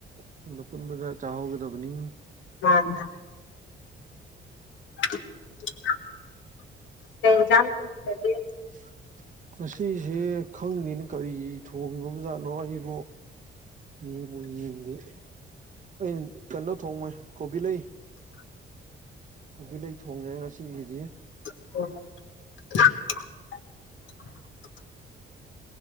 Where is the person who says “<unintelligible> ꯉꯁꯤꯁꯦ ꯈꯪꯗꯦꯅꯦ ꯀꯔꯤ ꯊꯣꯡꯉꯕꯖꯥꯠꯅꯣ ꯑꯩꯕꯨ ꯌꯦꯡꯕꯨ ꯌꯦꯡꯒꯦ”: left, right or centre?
Right